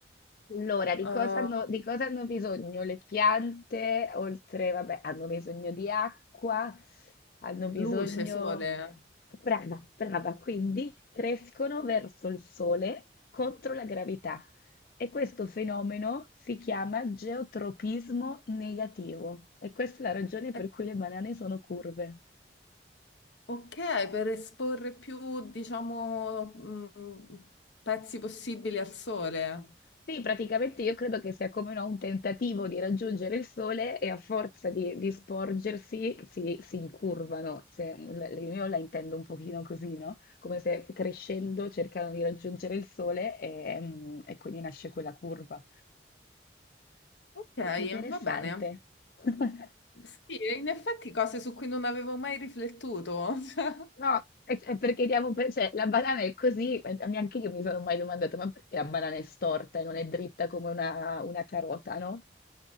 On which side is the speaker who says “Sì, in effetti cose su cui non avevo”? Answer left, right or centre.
Left